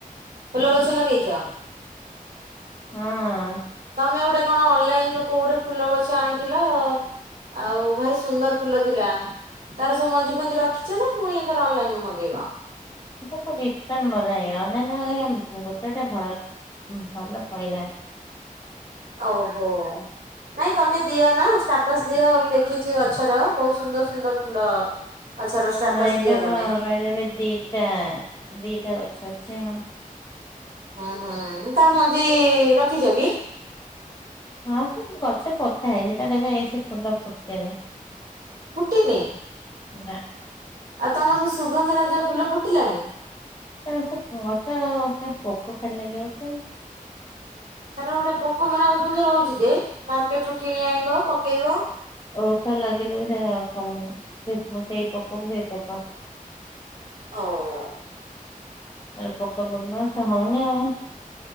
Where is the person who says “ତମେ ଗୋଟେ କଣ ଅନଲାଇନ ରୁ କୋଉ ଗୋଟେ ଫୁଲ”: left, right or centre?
Right